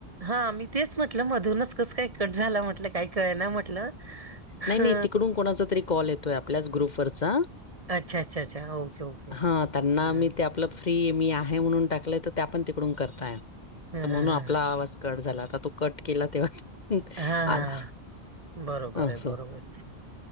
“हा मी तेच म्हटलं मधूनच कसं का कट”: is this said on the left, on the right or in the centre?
Right